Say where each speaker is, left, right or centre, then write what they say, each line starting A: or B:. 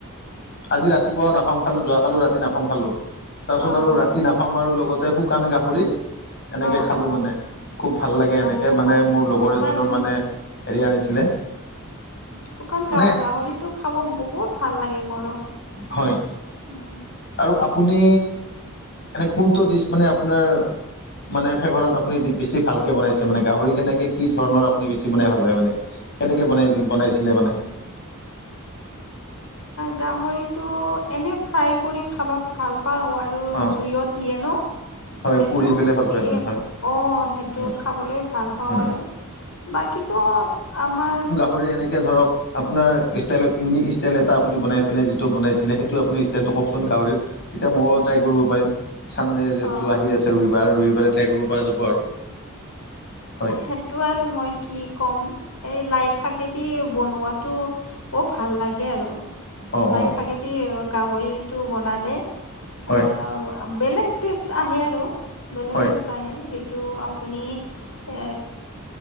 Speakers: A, on the left; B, on the left.
A: আজি ৰাতিপুৱা নাফাম খালোঁ যোৱাকালিও ৰাতি নাফাম খালোঁ। তাৰপাছত
B: অঁ
A: আৰু ৰাতি নাপাম আৰু লগতে শুকান গাহৰি এনেকে
B: অঁ
A: খালোঁ
B: অঁ
A: মানে। খুব ভাল
B: অঁ
A: লাগে
B: ভালে
A: এনেকে মানে
B: ভালে
A: মোৰ লগৰ
B: শুকান
A: এজনৰ মানে হেৰি আনিছিলে।
B: শুকান
A: মানে
B: গাহৰিটো খাব বহুত ভাল লাগে মোৰো।
A: হয়।
B: উম,
A: আৰু আপুনি এনে কোনটো ডিছ মানে আপোনাৰ মানে ফেভাৰত আপুনি বেছি ভালকে বনাইছে মানে গাহৰি কেনেকে কি ধৰণৰ আপুনি বেছি বনাই ভাল পায় মানে। কেনেকে
B: উম,
A: বনাই বনাইছিলে মানে।
B: গাহৰিতটো এনে ফ্ৰাই কৰি খাব ভাল পাওঁ আৰু আৰু
A: অ
B: জুইয়ত দিয়ে ন
A: হয়
B: সেটো
A: পুৰি পেলাই ভাল পায় আপুনি হয়।
B: অ সেটো।
A: উম
B: খাবলৈ ভাল পাওঁ
A: উম
B: আৰু
A: উম।
B: বাকীতো আমাৰ।
A: খুৰী এনেকে ধৰক আপোনাৰ ষ্টাইলত ইউনিক ষ্টাইল এটা আপুনি বনাই পেলাই যিটো বনাইছিলে সেইটো আপুনি ষ্টাইলটো কওঁকচোন গাহৰিৰ। এতিয়া ময়ো ট্ৰাই কৰিব পাৰিম। চানডে যিহেতু
B: অঁ
A: আহি আছে ৰবিবাৰ ৰবিবাৰে ট্ৰাই কৰিব পৰা যাব আৰু হয়।
B: সেইটো আৰু মই কি ক'ম এই লাই শাকেদি বনোৱাটো। মোৰ ভাল লাগে আৰু
A: অ',
B: লাই
A: অ',
B: শাকেদি গাহৰিটো বনালে
A: হয়,
B: অ বেলেগ টেষ্ট আহে আৰু বেলেগ
A: হয়।
B: টেষ্ট আহে সেইটো আপুনি এই